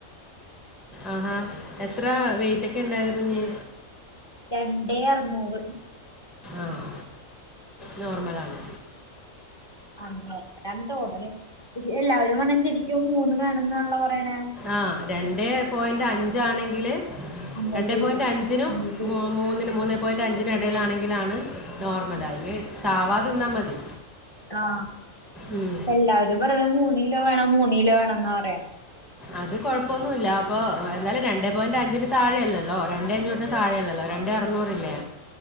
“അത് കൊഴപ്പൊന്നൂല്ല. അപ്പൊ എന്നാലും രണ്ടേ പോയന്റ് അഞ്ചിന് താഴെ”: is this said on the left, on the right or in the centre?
Centre